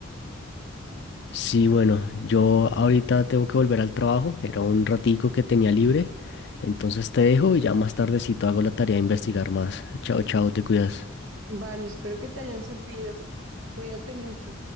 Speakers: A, on the left; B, on the right.
A: Sí, bueno, yo ahorita tengo que volver al trabajo, era un ratico que tenía libre, entonces te dejo y ya más tardecito hago la tarea de investigar más. Chao, chao, te cuidas.
B: Vale, espero que te hayan servido. Cuídate mucho.